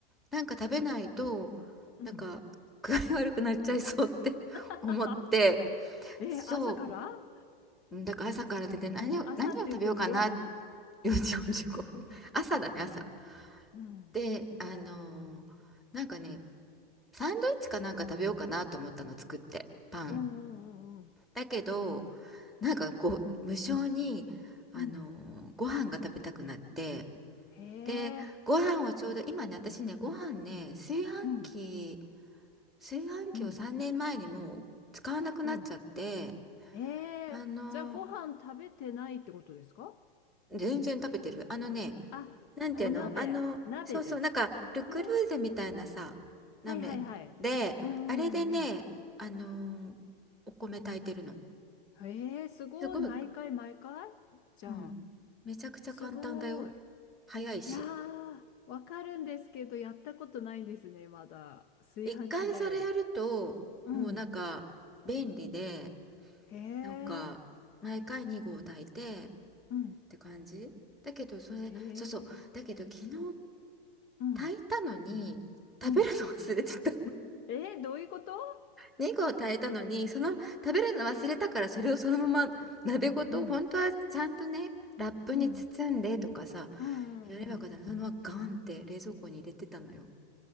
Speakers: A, in the centre; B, on the left.
A: なんか食べないと、
B: うん。
A: なんか具合悪くなっちゃいそうって思って、
B: <laughs> え朝から
A: そう。うんだから朝から出て何を、
B: 朝って言っても4時うん、
A: 何を食べようかな4時45分 <laughs> 朝だね朝
B: うん、
A: であのーなんかねサンドイッチかなんか食べようかなと思ったの作ってパン
B: おうんうんうん
A: だけどなんかこう無性にあのーご飯が食べたくなって
B: うん、うん。へ
A: でご飯をちょうど今ね私ねご飯ね炊飯器
B: え、うん、
A: 炊飯器を3年前にもう使わなくなっちゃって
B: うん、お、へえ、
A: あのー
B: じゃあご飯食べてないってことですか
A: 全然食べてるあのね
B: あ、
A: なんていうのあの、
B: お鍋、鍋で。
A: そうそう、なんか、ル・
B: うん
A: クルーゼみたいなさ、
B: はいはいはい。
A: 鍋めで、
B: うんうんうん。
A: あれでね、あのーお米炊いてるの。
B: へえ、すごい。
A: すごい、
B: 毎回毎回じゃあ、
A: うん、めちゃくちゃ簡単だよ。
B: すごい。
A: 早いし。
B: いやー、わかるんですけど、やったことないんですね、まだ。炊飯器だより。
A: 一回それやると、
B: うん。
A: もうなんか、便利で、
B: へえ、
A: なんか、毎回2合炊いてっ
B: うん。
A: て感じ。だけど、それ、
B: へ
A: そうそう、
B: え、
A: だけど、昨日、
B: うん、
A: 炊いたのに、食べるの忘れてたの。
B: うん。えー、どういうこと <laughs>
A: 2を炊いたのにその食べるの忘れたからそれをそのまま鍋ごと本当はちゃんとねラップに包んでとかさ
B: うん、うん、うん、うん、
A: やればよかったのにそのままガンって冷蔵庫に入れてたのよ
B: うん。